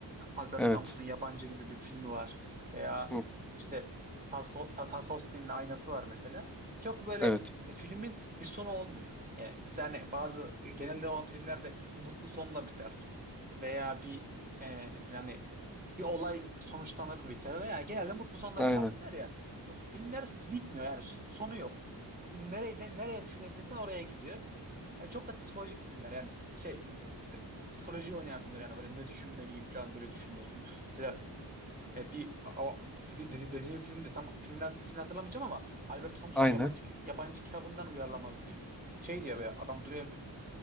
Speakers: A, on the right; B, in the centre.
A: Albert
B: Evet.
A: Camus'un Yabancı gibi bir filmi var veya
B: Hı,
A: işte Tarko- Ta- Tarkovski'nin Aynası var mesela. Çok böyle
B: evet.
A: e, filmin bir sonu olmuyor. Yani mesela hani bazı e, genelde o filmlerde bir mutlu sonla biter veya bir e, ne diyeyim, hani bir olay sonuçlanır biter veya genelde mutlu sonla
B: Aynen.
A: biten biter ya. Filmler bitmiyor yani so- sonu yok. Nereye nereye düşürebilirsen oraya gidiyor. Yani çok da psikolojik filmler yani şey işte psikoloji oynayan filmler yani böyle ne düşünmeliyim falan böyle düşünüyorsun. Mesela e, bir o, dedi, dedi- dediğim film de tam filmin ad- ismini hatırlamayacağım ama Albert Camus'un
B: Aynen.
A: yabancı ki- yabancı kitabından uyarlama bir film. Şey diyor be adam duruyor